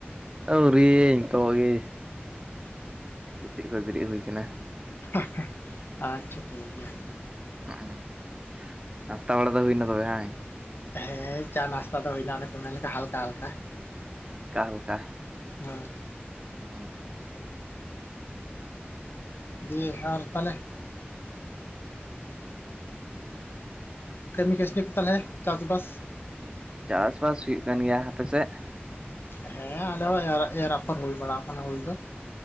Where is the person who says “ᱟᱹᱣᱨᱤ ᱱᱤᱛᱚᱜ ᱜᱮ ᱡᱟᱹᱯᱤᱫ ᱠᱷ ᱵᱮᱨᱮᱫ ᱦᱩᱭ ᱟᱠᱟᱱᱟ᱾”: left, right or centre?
Right